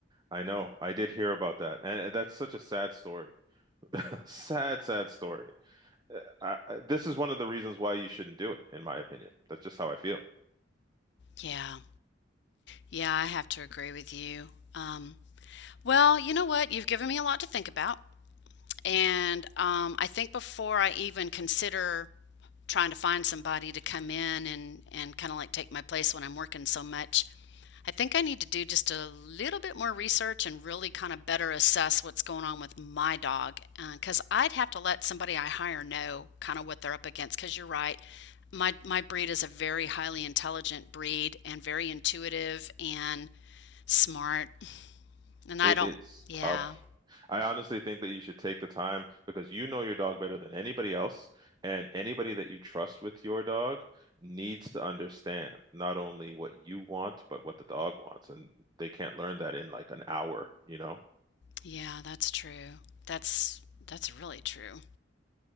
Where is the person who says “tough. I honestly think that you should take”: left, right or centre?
Right